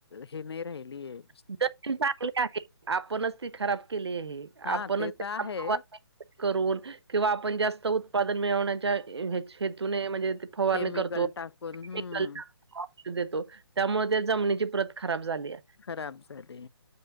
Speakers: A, on the left; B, on the right.
A: हे नाही राहिलीयं.
B: जमीन चांगले आहे. आपणच ती खराब केली आहे.
A: हां
B: आपणच
A: ते तर
B: त
A: आहे.
B: <unintelligible> करून किंवा आपण जास्त उत्पादन मिळवण्याच्या -- हेतूने म्हणजे ते फवारनी
A: केमिकल
B: करतो
A: टाकून हम्म
B: पिकांना. औषध देतो. त्यामुळे त्या जमनीची प्रत खराब झाल्या.
A: खराब झाले.